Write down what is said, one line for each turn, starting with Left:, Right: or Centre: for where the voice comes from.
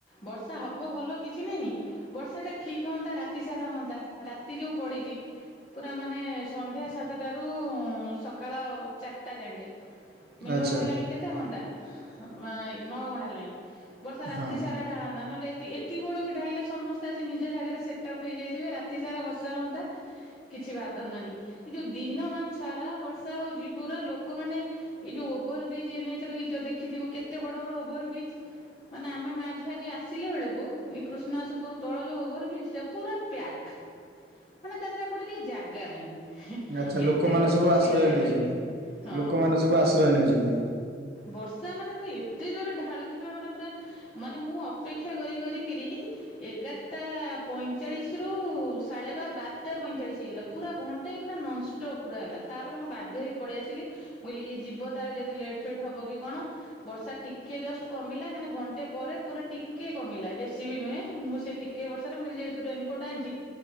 Left: ବର୍ଷା ହବ ଭଲ କିଛି ନାହିଁ ବର୍ଷା ଟା ଠିକ ହୁଅନ୍ତା ରାତି ସାରା ହଅନ୍ତା। ରାତି ଯୋଉ ପଡିଛି ପୁରା ମାନେ ସନ୍ଧ୍ୟା ସାତଟାରୁ ସକାଳ ଚାରିଟା ଯାଙ୍କେ। ମିନିମମ୍
Right: ଆଚ୍ଛା
Left: ହେଲାଣି କେତେ ଘଣ୍ଟା ନଅ ଘଣ୍ଟା ହେଲାଣି। ବର୍ଷା ରାତି
Right: ହଁ
Left: ସାରା ଢାଳନ୍ତା। ନହେଲେ ଏତିକି ବଳୁ ବି ଢାଳିଲେ ସମସ୍ତେ ଆସି ନିଜ ଜାଗାରେ ସେଟ୍ଅପ୍ ହେଇଯାଇଥିବେ ରାତି ସାରା ବର୍ଷା ହୁଅନ୍ତା। କିଛି ବାଧନ୍ତାନି। ଏ ଯୋଉ ଦିନ ମାନସାରା ବର୍ଷା ହଉଛି ପୁରା ଲୋକମାନେ ଏଇ ଯେଉଁ ଓଭରବ୍ରିଜ୍ ଏନ୍ଏଚ୍ ହେଇଚ ଦେଖିଥିବ କେତେ ବଡ଼ ବଡ଼ ଓଭରବ୍ରିଜ୍। ମାନେ ଆମେ ମା ଝିଅ ଆଜି ଆସିଲେ ବେଳକୁ ଏଇ କୃଷ୍ଣାସପୁର ତଳ ଯୋଉ ଓଭର ବ୍ରିଜା ପୁରା ପ୍ୟାକ୍।
Right: <inaudible>
Left: ମାନେ ତା ଦେହରେ କୋଉଠି ଟିକେ ଜାଗା ନାହିଁ।
Right: ଆଚ୍ଛା
Left: ହି ଏତେ
Right: ଲୋକମାନେ
Left: ଲୋକ
Right: ସବୁ
Left: ଛିଡା
Right: ଆଶ୍ରୟ
Left: ହେଇଛନ୍ତି।
Right: ନେଇଛନ୍ତି
Left: ହଁ।
Right: ଲୋକମାନେ ସବୁ ଆଶ୍ରୟ ନେଇଛନ୍ତି।
Left: ବର୍ଷା ମାନେ ପୁରା ଏ ତେ ଯୋରେ ଢାଳୁଛି ବା ମାନେ ପୁରା ମାନେ ମୁଁ ଅପେକ୍ଷା କରି କରିକିରି ଏଗାରଟା ପଇଁଚାଳିଶରୁ ସାଢ଼େ ବାର ବାରଟା ପଇଁଚାଳିଶ ହେଇଗଲା ପୁରା ଘଣ୍ଟାଇ ପୁରା ନନଷ୍ଟପ୍ ପୁରା ହେଲା। ତାପରେ ମୁଁ ବାଧ୍ୟ ହେଇ ପଳେଇ ଆସିଲି। ମୁଁଇଲି ଏ ଯିବ ତାର ଯଦି ଲେଟ୍ ଫେଟ୍ ହବ କି କଣ? ବର୍ଷା ଟିକେ ଜଷ୍ଟ କମିଲେ ମାନେ ଘଣ୍ଟାଏ ପରେ ପୁରା ଟେ ଟିକଏ କମିଲା ବେଶୀ ବି ନୁହେଁ। ମୁଁ ସେ ଟିକେ ବର୍ଷାରେ କହିଲି ଯେହେତୁ ରେନକୋଟ୍ ଆଣିଛି